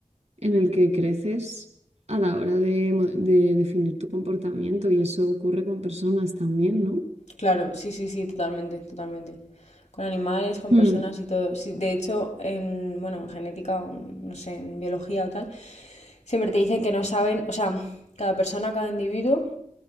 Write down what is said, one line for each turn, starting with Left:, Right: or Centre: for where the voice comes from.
Right: en el que creces a la hora de, mo- de definir tu comportamiento y eso ocurre con personas también, ¿no?
Left: Claro, sí, sí, sí, totalmente, totalmente. Con animales, con
Right: Mm,
Left: personas y todo. Sí, de hecho, en, bueno, en genética, o en, no sé, en biología o tal, siempre te dicen que no saben, o sea, cada persona, cada individuo